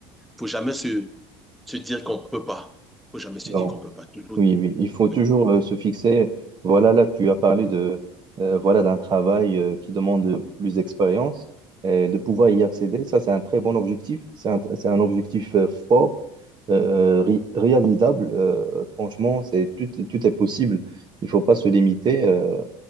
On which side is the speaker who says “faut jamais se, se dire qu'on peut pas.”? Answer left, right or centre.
Centre